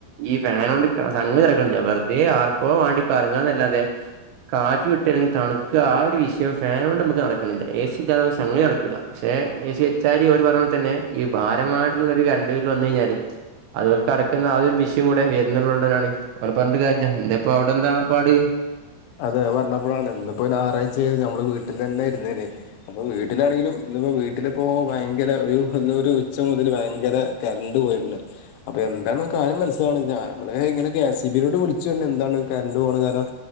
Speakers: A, on the right; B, on the left.
A: ഈ ഫാൻ കൊണ്ട് സംഗതി നടക്കണില്ല വെറുതെ ആർക്കോ വേണ്ടി കറങ്ങാ എന്നല്ലാതെ കാറ്റ് കിട്ടുക അല്ലെങ്കിൽ തണുക്ക് ആ ഒരു വിഷയം ഫാനോണ്ട് നമുക്ക് നടക്കണില്ല എ സി ഇല്ലാതെ നമുക്ക് ഒരു സംഗതി നടക്കൂല പക്ഷെ എസി വെച്ചാൽ ഓര് പറഞ്ഞോ തന്നെ ഈ ഭാരമായിട്ടുള്ള ഒരു കരണ്ട് ബില്ല് വന്ന് കഴിഞ്ഞാല് അത് പോൽ കടക്കുന്ന ആതൊരു വിഷയം കൂടെ വരുന്നുള്ളുണ്ട എന്നാണ് ഓലെ പറഞ്ഞിട്ട് കാര്യല്ല എന്താ ഇപ്പൊ അവിടെ എന്താ പാട്
B: അതെ അത്പറഞ്ഞപ്പഴാണ് ഇന്നിപ്പോ ഞാറാഴ്ച റ്റേത് നമ്മള വീ ട്ടിലന്നെ ഇരിന്നേനെ അപ്പൊ വീട്ടിലാണെങ്കിലും ഇന്ന്പ്പം വീ വീട്ടില്പ്പോ ഭയങ്കരെ ഒരു എന്താ ഒരു ഉച്ച മുതല് ഭയങ്കരെ കറണ്ട് പോയിട്ടുണ്ടെ അപ്പം എന്താണ് കാര്യം മന്സ്സിലാവണ് ആ നമ്മള് ഇങ്ങനെ കെഎസ്ഇബിയിലോട്ട് വിളിച്ചണ്ട് എന്താണ് കറണ്ട് പോകണ കാരണം